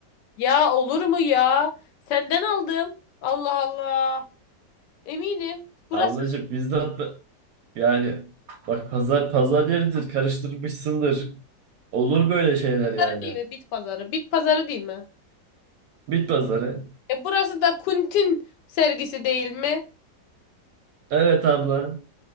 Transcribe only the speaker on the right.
Ablacığım bizde hatta- yani bak pazar pazar yeridir karıştırmışsındır. Olur böyle şeyler
yani.
Bit pazarı.
Evet abla.